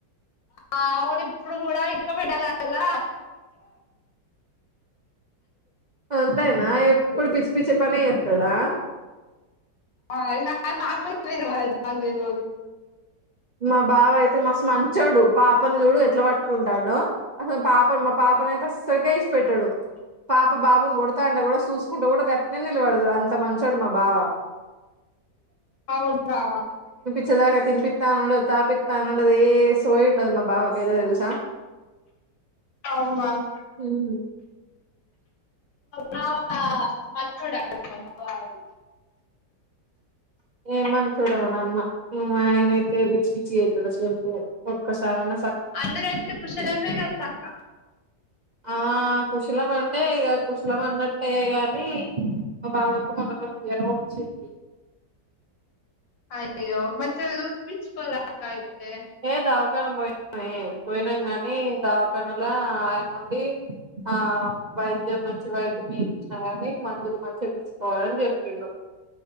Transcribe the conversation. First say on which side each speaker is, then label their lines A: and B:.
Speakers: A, on the left; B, on the right.
A: అవును ఇప్పుడు కూడా ఇసుక పెట్టాలల్ల
B: అంతేనా ఎప్పుడు పిచ్చి పిచ్చి పనే చేస్తాడా
A: అయిన అది మాకు కూడా తెలవదు అది మాకు తెలవదు
B: మా బావ అయితే మస్తు మంచోడు పాపని చూడు ఎట్లా పట్టుకుంటాడో అసలు పాప మా పా పాప నయితే అసలకి విడిచి పెట్టడు పాప బాబుని కొడతా అంటే కూడా చూసుకుంటూ కూడా గటనే నిలబడతడు అంత మంచోడు మా బావా
A: అవును గా
B: ఇప్పుడు తినిపిస్తా నోన్నడు తాపితా నోన్నడు ఏ సోయ ఉండదు మా బావా కదే తెలుసా
A: అవునా
B: హమ్
A: బావా మంచోడు అంట బావ
B: ఏమని చూడవ అమ్మ ఆయన అయితే పిచ్చి పిచ్చి అవుతుంది సేపు ఒక్కసారనా
A: అందరంటే కుశలమే కదతక్క
B: ఆ కుశలం అంటే ఇక కుశలం అన్నట్టే గాని మా బావ కి మొన్న జ్వరం వచ్చింది
A: అయ్యో మంచిగా చూపించుకోవాల అక్క అయితే
B: ఏ దావాఖన పోయినాం పోయినాం గానీ దావాఖనలా ఆయన నుండి ఆ వైద్యం మంచి వైద్యం ఇచ్చిన కాని మందులు మంచిగా తీసుకోవాలని చెప్పిళ్ళు